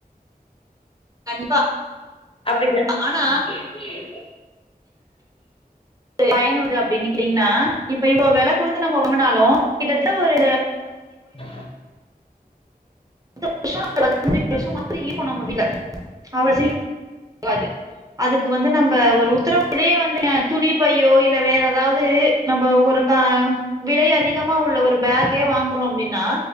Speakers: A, on the right; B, on the left.
A: கண்டிப்பா.
B: அப்படிதான்
A: ஆனா
B: <inaudible>
A: பயனுள்ளது அப்படின்னுக்கிட்டீங்கன்னா இப்ப இவ்ளோ வெல குடுத்து நம்ம வாங்குனாலும் கிட்டத்த ஒரு
B: <inaudible>
A: பத்து வருஷ பதினஞ்சு வருஷமாது இருக்கு நம்ம வீட்ல அவ்ளோ சீக்கிரம் து அதுக்கு வந்து நம்ப ஒரு உத்தரவு இதே வந்து துணி பையோ இல்ல வேற ஏதாவது நம்ம ஒரு கா விலை அதிகமா உள்ள ஒரு பேக்கே வாங்குறோம் அப்டின்னா